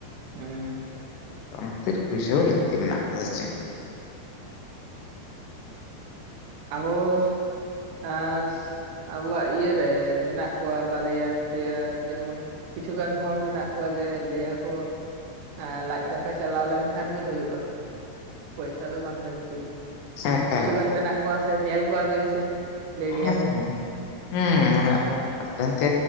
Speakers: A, on the right; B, on the left.
A: ᱦᱩᱸ
B: ᱚᱱᱟ ᱠᱷᱟᱹᱛᱤᱨ ᱯᱩᱭᱥᱟᱹ ᱦᱚᱸ ᱞᱟᱹᱠᱛᱤ ᱢᱮᱱᱟᱜ ᱠᱟᱫᱟ ᱪᱮᱫ
A: ᱟᱵᱚ ᱮ ᱟᱵᱚᱣᱟᱜ ᱤᱭᱟᱹ ᱨᱮ ᱢᱮᱱᱟᱜ ᱠᱚᱣᱟ ᱵᱟᱨᱭᱟ ᱯᱮᱭᱟ ᱡᱮᱢᱚᱱ ᱠᱤᱪᱷᱩᱜᱟᱱ ᱦᱚᱲ ᱢᱮᱱᱟᱜ ᱠᱚᱣᱟ ᱡᱮ ᱞᱟᱹᱭᱟᱠᱚ ᱮ ᱞᱟᱡ ᱫᱟᱠᱟ ᱪᱟᱞᱟᱣ ᱞᱮᱱᱠᱷᱟᱱ ᱜᱮ ᱦᱩᱭᱩᱜᱼᱟ ᱯᱚᱭᱥᱟ ᱫᱚ ᱵᱟᱝ ᱞᱟᱹᱠᱛᱤᱭᱟ᱾
B: ᱥᱮᱸᱠ
A: ᱠᱤᱪᱷᱩᱩᱜᱟᱱ ᱢᱮᱱᱟᱜ ᱠᱚᱣᱟ ᱥᱮ ᱧᱮᱞ ᱠᱚᱣᱟ ᱵᱤᱱ ᱥᱮ ᱞᱟᱹᱭ ᱜᱮᱭᱟ
B: ᱦᱮᱸ
A: ᱠᱚ
B: ᱦᱮᱸ ᱦᱮᱸ ᱮᱱᱛᱮ